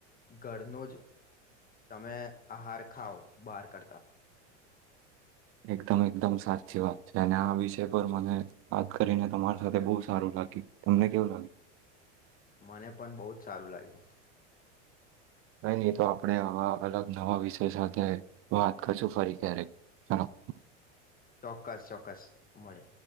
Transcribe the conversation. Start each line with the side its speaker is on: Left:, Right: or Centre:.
Left: ઘરનું જ તમે આહાર ખાાવ બહાર કરતા
Right: એકદમ એકદમ સાચી વાત છે અને આ વિષય પર મને વાત કરીને તમારી સાથે બહુ સારું લાગી તમને કેવ લાગે
Left: મને પણ બહુ જ સારું લાગ્યું
Right: ક નહી તો આપણે આવા અલગ નવા વિષય સાથે વાત કરશું ફરી ક્યારેક ચાલોમ
Left: ચોક્કસ ચોક્કસ મળે.